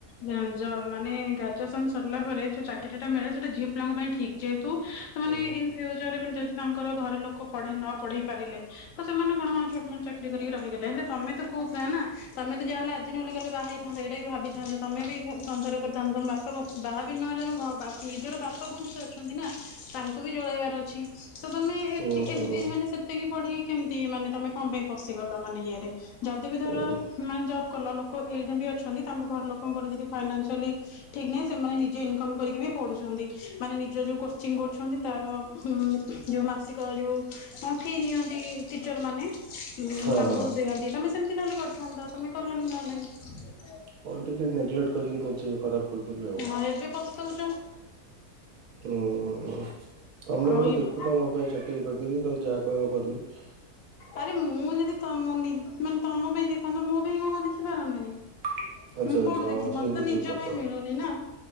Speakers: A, on the left; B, on the right.
A: ଜଞ୍ଜ ମାନେ ଗ୍ରାଜୁଏସନ୍ ସରିଲା ପରେ ଯୋଉ ଚାକିରି ଟା ମିଳେ ସେଇଟା ଝିଅ ପିଲାଙ୍କ ପାଇଁ ଠିକ୍। ଯେହେତୁ ସେମାନେ
B: ହୁଁ
A: ଇନ୍ ଫ୍ୟୁଚର୍ ରେ ମାନେ ଯଦି ତାଙ୍କର ଘର ଲୋକ ପଢେଇ ନ ପଢ଼େଇ ପାରିଲେ। ତ ସେମାନେ କଣ ହଁ ଛୋଟ୍ ମୋଟ୍ ଚାକିରି କରିକି ରହିଗଲେ। ହେଲେ ତୋମେ ତ ପୁଅ ପିଲା ନା? ତୋମେ ତ ଯାହା ହେଲେ ଆଜି ନହେଲେ କାଲି ବାହା ହେଇଥାନ୍ତ। ଏଇଟା ବି ଭାବିଥାନ୍ତ, ତୋମେ ବି ଏଇନା ସଂସାର କରିଥାନ୍ତ। ତୋମ ବା ତୋମ ବାହା ବି ନହେଲେ କଣ, ବାପ୍ ନିଜର ବାପା ବୋଉ ବି ତ ଅଛନ୍ତି ନା, ତାଙ୍କୁ ବି ଚଳେଇବାର ଅଛି। ତ ତୋମେ ଏତି
B: ହୁଁ ହୁଁ।
A: ଏମ୍ ଏଇ ମାନେ ସେ ତିକି ପଢ଼ିକି କେମିତି ମାନେ ତୋମେ କଣ ପାଇଁ ପଶିଗଲ ମାନେ ଇଏ ରେ? ଯଦି ବି ଧର
B: ଉଁ
A: ମାନେ ଜବ୍ କଲ, ଲୋକ ଏଇ ଟାଇପ୍ ର ବି ଅଛନ୍ତି। ତାଙ୍କ ଘର ଲୋକଙ୍କର ଯଦି ଫାଇନାନ୍ସିଆଲି ଠିକ୍ ନାହିଁ ସେମାନେ ନିଜ ଇନକମ୍ କରିକି ବି ପଢ଼ୁଛନ୍ତି। ମାନେ ନିଜର ଯୋଉ କୋଚିଂ କରୁଛନ୍ତି ତାର ହୁଁ, ଯୋଉ ମାସିକ ଯୋଉ ହଁ ଫିସ୍ ନିଅନ୍ତି ଟିଚର୍ ମାନେ ଉଁ,
B: ହଁ
A: ତାଙ୍କୁ
B: ହଁ
A: ଦିଅନ୍ତି, ତୋମେ ସେମିତି ନହେଲେ କରିଥାନ୍ତ। ତୋମେ କଲନି କଣ ପାଇଁ?
B: କଲିନି ନେଗଲେଟ୍ କରିକି ନିଜେ ଖରାପ କରି ଦେଲି ଆଉ।
A: ହଁ ଏବେ ପସ୍ତଉଛ
B: ଅ, ଅ, ତୋମେ
A: ଆଉ
B: ଗୋଟେ ଦେଖୁଥାଅ ମୋ ପାଇଁ ଚାକିରି ଫାକିରି, ତୋମେ ଯାହା କହିବ କରିବି।
A: ଆରେ ମୁଁ ଯଦି ତୋମ ନି- ମାନେ ତୋମ ପାଇଁ ଦେଖନ୍ତୁ। ମୋ ପାଇଁ କଣ ମୁଁ ଆଉ ଦେଖି ପାରନ୍ତିନି?
B: <unintelligible>
A: ମୁଁ କୋଉଠୁ
B: ଆଚ୍ଛା
A: ଦେଖିବି?
B: ହଁ
A: ମୋତେ
B: ସେ ବି
A: ତ ନିଜ
B: ଠିକ କଥା।
A: ପାଇଁ ମିଳୁନି ନା।